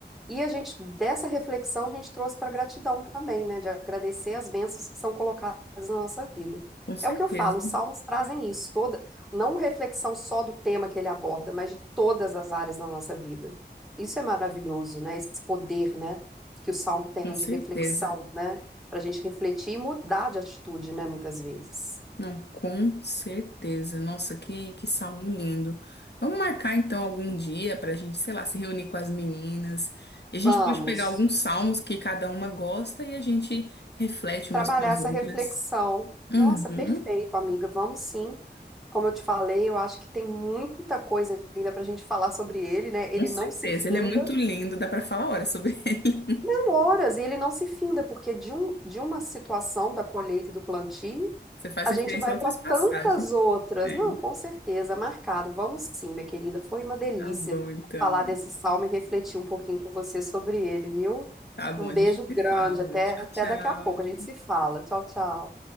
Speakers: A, in the centre; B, on the left.
A: E a gente, dessa reflexão, a gente trouxe para gratidão também, né? De agradecer as bênçãos que são colocadas na nossa vida.
B: Com certeza,
A: É o que eu falo, os salmos trazem isso, toda, não reflexão só do tema que ele aborda, mas de todas as áreas da nossa vida. Isso é maravilhoso, né? Esse poder, né? que o salmo tem
B: com certeza.
A: de reflexão, né? Para a gente refletir e mudar de atitude, né? Muitas vezes.
B: Não, com certeza. Nossa, que, que salmo lindo. Vamos marcar então algum dia para a gente, sei lá, se reunir com as meninas. E a gente
A: Vamos
B: pode pegar alguns salmos que cada uma gosta e a gente reflete
A: trabalhar
B: umas com as
A: essa
B: outras.
A: reflexão.
B: Uhum,
A: Nossa, perfeito, amiga. Vamos sim. Como eu te falei, eu acho que tem muita coisa ainda para a gente falar sobre ele, né? Ele
B: com certeza.
A: não se finda,
B: Ele é muito lindo, dá para falar horas sobre <laughs> ele.
A: não horas, e ele não se finda, porque de, um, de uma situação da colheita e do plantio,
B: Você faz
A: A
B: referência
A: gente vai
B: a outras
A: para
B: passagens.
A: tantas outras.
B: É,
A: Não, com certeza, marcado. Vamos sim, minha querida. Foi uma delícia
B: tá bom então.
A: falar desse salmo e refletir um pouquinho com você sobre ele, viu?
B: Tá bom,
A: Um
B: a
A: beijo
B: gente se
A: grande.
B: fala.
A: Até,
B: Tchau,
A: até
B: tchau.
A: daqui a pouco. A gente se fala. Tchau, tchau.